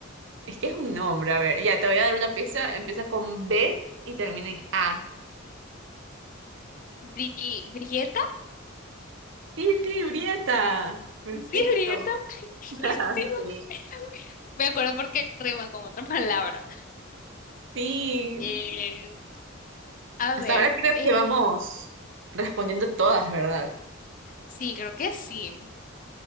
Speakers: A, on the right; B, on the left.
A: Es que es un nombre, a ver. Ya, te voy a dar una pista. Empieza con B y termina en A.
B: Bri- ¿Brieta?
A: Tilti Brieta. Perfecto.
B: Sí, Brieta. <laughs> Sí,
A: <laughs>
B: me
A: Sí.
B: ac- me acuerdo porque rima con otra palabra.
A: Sí.
B: Eh, a
A: Hasta
B: ver,
A: ahora creo
B: eh,
A: que vamos respondiendo todas, ¿verdad?
B: sí, creo que sí.